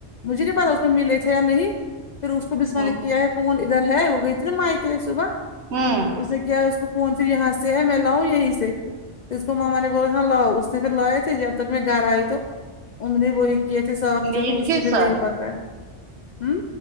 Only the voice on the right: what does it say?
ہوں
ہوں
میٹ
کے
ساتھ